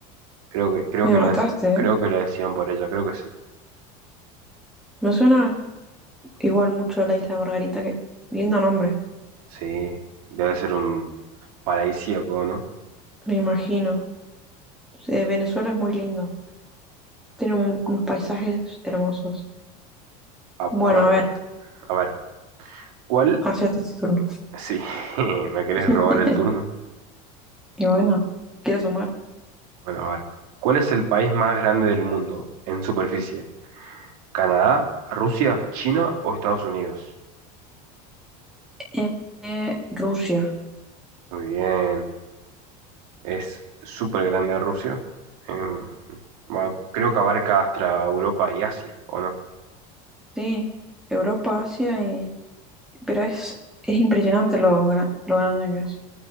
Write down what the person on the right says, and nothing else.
Creo que, creo
que
lo, es- creo
que la decían por ella, creo que sí.
Sí, debe ser un paradisíaco, ¿no?
A,
a ver,
a ver, ¿cuál?
Sí, <laughs> ¿me querés
robar el turno?
Bueno, a ver. ¿Cuál es el país más grande del mundo en superficie? ¿Canadá, Rusia, China o Estados Unidos?
Muy bien, es súper grande Rusia. Em, ma- creo que abarca hasta Europa y Asia, ¿o no?